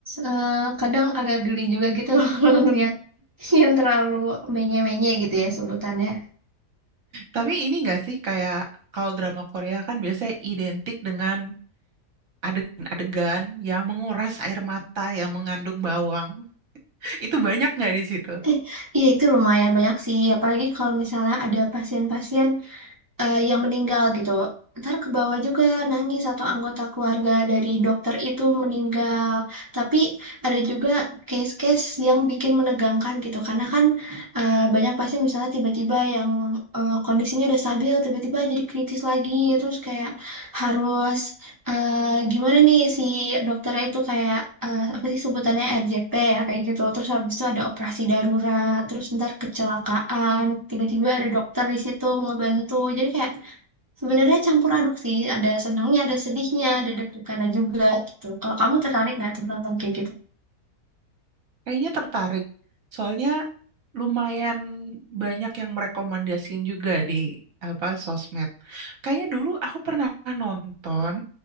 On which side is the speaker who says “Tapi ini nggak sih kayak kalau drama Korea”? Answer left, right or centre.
Right